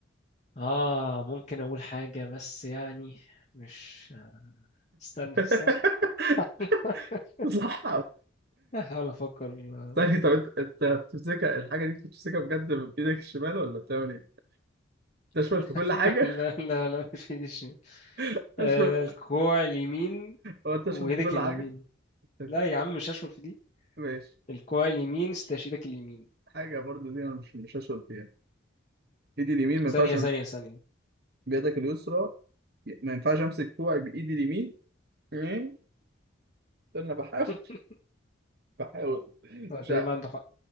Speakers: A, on the left; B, on the right.
A: اه ممكن اقول حاجة بس يعني مش استنى
B: <laughs>
A: استنى <laughs>
B: صح
A: هحاول افكر آه،
B: ثاني طب انت انت بتمسكها الحاجة دي بتمسكها بجد بإيدك الشمال ولا بتعمل إيه؟ تشمل
A: <laughs>
B: في كل حاجة؟
A: لا لا لا مش في دي الشمال
B: <laughs>
A: آه،
B: أشمل
A: الكوع اليمين
B: هو تشمل
A: ويدك
B: في كل
A: اليمين
B: حاجة؟ طيب،
A: لا يا عم مش هشمل في دي
B: ماشي
A: الكوع اليمين استشهدك اليمين
B: حاجة برضو دي أنا مش مش هسأل فيها إيدي اليمين ما ينفعش
A: ثانية
B: أمس-
A: ثانية ثانية
B: بيدك اليسرى ما ينفعش أمسك كوعي بإيدي اليمين مين؟ استنى بحاول
A: <laughs>
B: بحاول
A: هو
B: مش
A: تقريبا
B: ع...
A: عنده حق